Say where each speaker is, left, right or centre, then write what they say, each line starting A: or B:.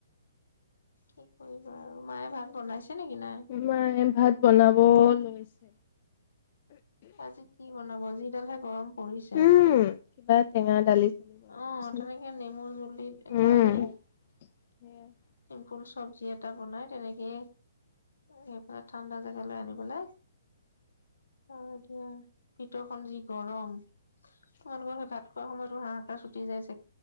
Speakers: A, on the left (about 65°); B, on the left (about 40°).
A: কি কৰিবা আৰু মায়ে ভাত বনাইছে নেকি নাই?
B: মাই ভাত বনাব লৈছে
A: আজি কি বনাব যিডাল হে গৰম পৰিছে।
B: উম কিবা টেঙা দালি চালি বনাব
A: অ
B: লৈছে।
A: তেনেকে নেমু জুল দি
B: উম
A: দালি
B: সেয়াই
A: ফুল চব্জি এটা বনাই তেনেকে এইফালে ঠাণ্ডা জেগালৈ আনিবলৈ আৰু এতিয়া ভিতৰখন যি গৰম তোমালোকৰ সেই ভাত খোৱা সময়তো হাঁহ <unintelligible> যায়